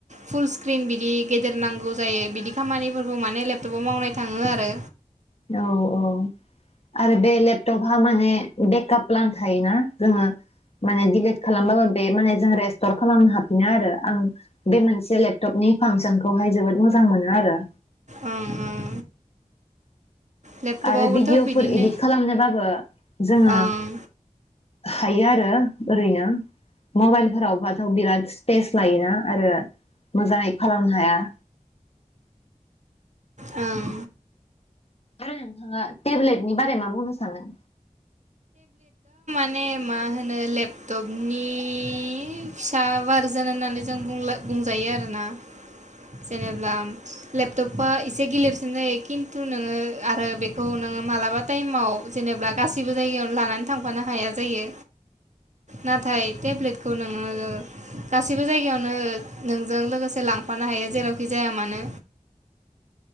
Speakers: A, on the right (about 60°); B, on the left (about 50°).
A: फुल स्क्रिन बिदि गेदेर नांगौ जायो बिदि खामानिफोरखौ माने लेपटपाव मावनाय थाङो आरो
B: औ औ आरो बे लेपटपहा माने बेकआप प्लान थायोना जोङो माने दिडिलिट खालामबाबो बे माने जों रेस्टर खालामनो हाफिनो आरो आं बे मोनसे लेपटपनि फांसनखौहाय जोबोद मोजां मोनो आरो
A: ओं ओं लेपटपावबोथ'
B: आरो भिडिअफोर
A: बिदिनो
B: इदिट खालामनोबाबो जोङो
A: ओं
B: हायो आरो ओरैनो मबाइलफोरावबाथ बिराद स्पेस लायोना आरो मोजाङै खालामनो हाया।
A: ओं
B: आरो नोंथाङा टेब्लेटनि बारै मा बुंनो सानो?
A: ने मा होनो लेपटपनि फिसा बारजोन होननानै जों बुंलाय बुंजायो आरोना जेनेब्ला लेपटपा एसे गिलेरसिन जायो खिन्थु नोङो आरो बेखौ नोङो मालाबा टाइमाव जेनेबा गासिबो जायगायावनो लानानै थांफानो हाया जायो नाथाय टेब्लेटखौ नोङो गासिबो जायगायावनो नोंजों लोगोसे लांफानो हायो जेरावखि जाया मानो